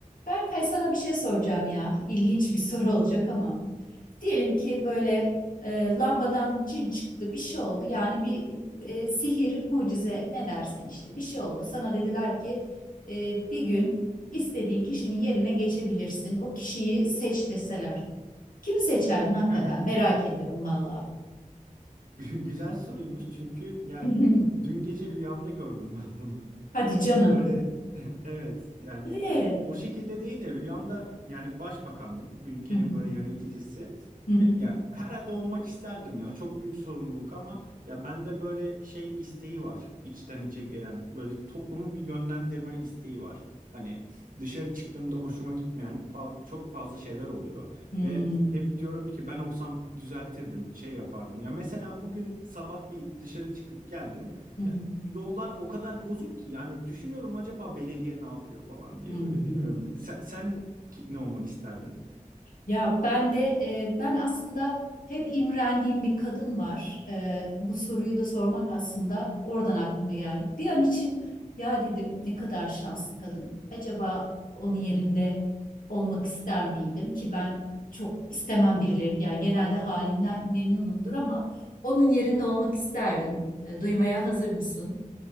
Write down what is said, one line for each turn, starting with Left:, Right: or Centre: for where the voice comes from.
Left: Berkay sana bir şey soracağım ya. İlginç bir soru olacak ama. Diyelim ki böyle e, lambadan cin çıktı, bir şey oldu. Yani bir e, sihir, mucize ne dersen işte bir şey oldu. Sana dediler ki e, bir gün istediğin kişinin yerine geçebilirsin. O kişiyi seç deseler. Kimi seçerdin hakikaten?
Right: Hı hı.
Left: Merak ediyorum valla.
Right: Gü- Güzel soruymuş çünkü ya
Left: <laughs>
Right: dün gece rüyamda gördüm ben bunu. <laughs>
Left: Hadi canım.
Right: Böyle <laughs> evet yani
Left: Ee?
Right: o şekilde değil de rüyamda yani başbakandım. Bir ülkenin
Left: Hı hı,
Right: böyle yöneticisi.
Left: hı hı,
Right: E, Ya herhalde olmak isterdim ya. Çok büyük sorumluluk ama ya bende böyle şey isteği var. içten içe gelen böyle toplumu bir yönlendirme isteği var. Hani dışarı çıktığımda hoşuma gitmeyen fa- çok fazla şeyler oluyor
Left: hı
Right: ve hep diyorum ki ben olsam düzeltirdim, şey yapardım. Ya mesela bugün sabah bir dışarı çıkıp geldim.
Left: hı, hı
Right: Ya,
Left: hı,
Right: yollar o kadar bozuk ki yani düşünüyorum acaba belediye ne yapıyor falan diye
Left: hı hı.
Right: böyle bilmiyorum. Sen, sen ki- ne olmak isterdin?
Left: Ya ben de e, ben aslında hep imrendiğim bir kadın var. E, bu soruyu da sormak aslında oradan aklıma geldi. Bir an için ya dedim ne kadar şanslı kadın. Acaba onun yerinde olmak ister miydim ki ben çok istemem birileri. Yani genelde halimden memnunumdur ama onun yerinde olmak isterdim. E, duymaya hazır mısın?